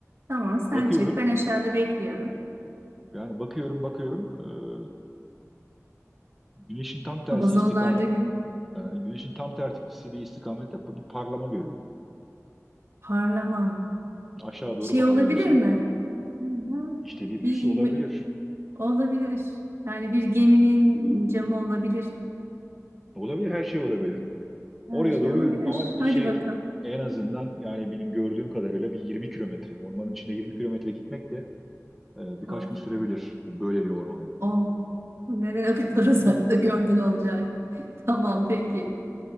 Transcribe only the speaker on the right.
Tamam sen
çık. Ben aşağıda bekliyorum.
Amazonlarda
gibi.
Parlama.
Şey
olabilir
mi? Hı hı.
Bir
mü- olabilir. Yani bir geminin camı olabilir.
Hı. Her
şey
olabilir.
Hadi
bakalım.
Of,
of. Neden o kadar <laughs> uzakta gördün Olcay? <laughs> Tamam peki.